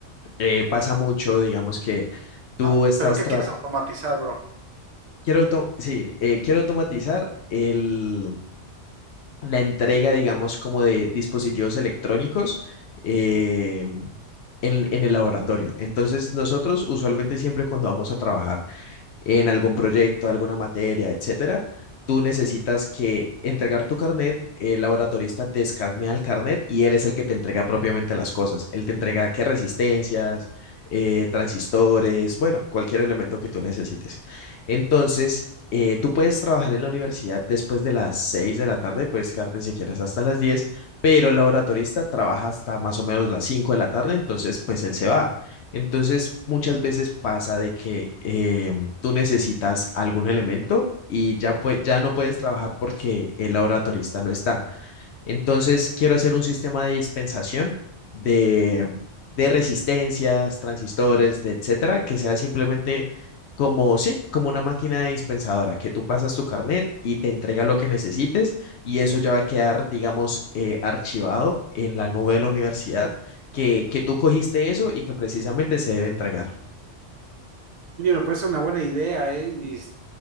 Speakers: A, on the left; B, on the right.
A: eh, pasa mucho, digamos que tú
B: Ah,
A: estás...
B: pero ¿qué
A: tra-
B: quieres automatizar, bro?
A: Quiero, auto sí, eh, quiero automatizar el, la entrega, digamos, como de dispositivos electrónicos eh, en, en el laboratorio. Entonces, nosotros usualmente siempre cuando vamos a trabajar en algún proyecto, alguna materia, etcétera, tú necesitas que entregar tu carnet, el laboratorista te escanea el carnet y él es el que te entrega propiamente las cosas. Él te entrega qué resistencias, eh, transistores, bueno, cualquier elemento que tú necesites. Entonces, eh, tú puedes trabajar en la universidad después de las 6 de la tarde, puedes quedarte si quieres hasta las diez pero el laboratorista trabaja hasta más o menos las 5 de la tarde, entonces pues él se va. Entonces, muchas veces pasa de que eh, tú necesitas algún elemento y ya, pue- ya no puedes trabajar porque el laboratorista no está. Entonces, quiero hacer un sistema de dispensación de, de resistencias, transistores, de etcétera, que sea simplemente como, sí, como una máquina dispensadora, que tú pasas tu carnet y te entrega lo que necesites y eso ya va a quedar, digamos, eh, archivado en la nube de la universidad, que, que tú cogiste eso y que precisamente se debe entregar.
B: Oye, me parece una buena idea, ¿eh? Y s-